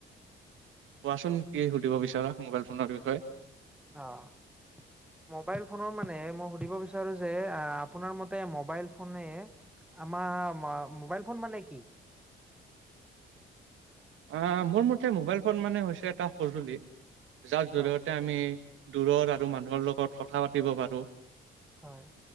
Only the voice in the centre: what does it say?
অ' মোবাইল ফোনৰ মানে মই সুধিব বিচাৰোঁ যে আহ আপোনাৰ মতে মবাইল ফোনে আমাৰ মোবাইল ফোন মানে কি?
হয়
হয়।